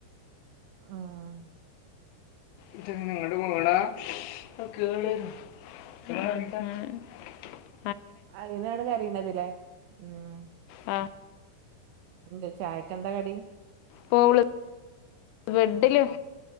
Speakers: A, on the right (about 85°); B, on the left (about 85°).
A: ആഹ് -
B: ഇത് നിങ്ങടെ മോളാ കേള്- <unintelligible>
A: അതിനാണ് കരിയണതില്ലേ ഉം-
B: ആ
A: എന്ത് ചായക്കെന്താ കടി-
B: പോള് ബെഡില്-